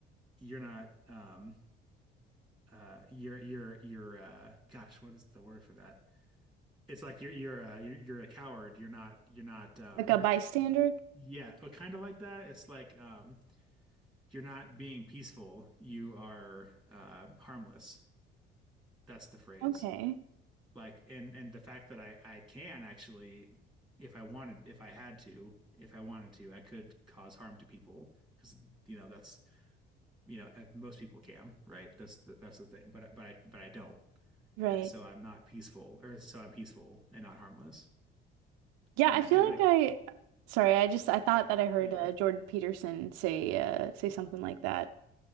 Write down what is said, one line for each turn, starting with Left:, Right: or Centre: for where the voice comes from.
Centre: You're not um uh you're you're you're uh gosh what is the word for that it's like you're you're uh you're, you're a coward you're not you're not um
Right: like a bystander,
Centre: yeah oh, kind of like that it's like um you're not being peaceful you are uh harmless that's the phrase
Right: okay.
Centre: like and and the fact that I I can actually if I wanted if I had to if I wanted to I could cause harm to people because you know that's you know, if most people can, right? That's the, that's the thing. But I- but I but I don't,
Right: Right.
Centre: and so I'm not peaceful, or so I'm peaceful and not harmless.
Right: Yeah,
Centre: And
Right: I feel
Centre: I feel like,
Right: like I sorry, I just I thought that I heard
Centre: yeah,
Right: uh, Jordan Peterson say uh, say something like that.